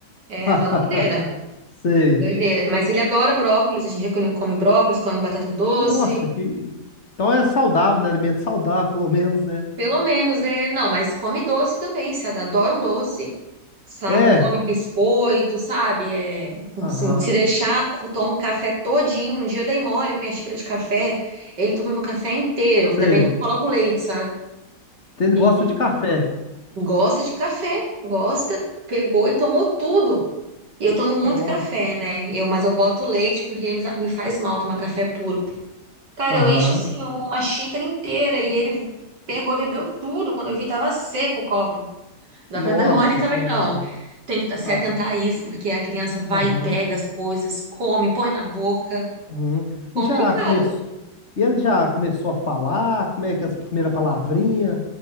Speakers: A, on the right; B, on the left.
A: É
B: <laughs>
A: uma doideira,
B: Sei.
A: doideira. Mas ele adora brócolis, a gente já come brócolis, come batata doce.
B: Nossa, que. Então é saudável, né? Alimento saudável, pelo menos, né?
A: Pelo menos, é. Não, mas come doce também, se adora um doce, sabe?
B: É.
A: Come biscoito, sabe? É,
B: Aham.
A: se, se deixar, co- toma o café todinho. Um dia eu dei mole com minha xícara de café, ele toma meu café inteiro.
B: Sei.
A: Ainda bem que eu coloco leite, sabe?
B: Então Ele
A: E
B: gosta de café.
A: gosta de café, gosta. Pegou e tomou tudo. E eu tomo muito
B: Nossa.
A: café, né? Eu, mas eu boto leite porque me faz mal tomar café puro. Cara,
B: Aham.
A: eu encho assim uma xícara inteira e ele pegou e bebeu tudo. Quando eu vi, tava seco o copo. Não
B: Nossa
A: dá pra <laughs> dar mole também,
B: Senhora.
A: não. Tem que se
B: Ah.
A: atentar a isso, porque
B: E-
A: a criança vai
B: Aham.
A: e pega as coisas, come, põe na boca.
B: Uhum.
A: Complicado.
B: E já começou. E ele já começou a falar? Como é que é as primeiras palavrinhas?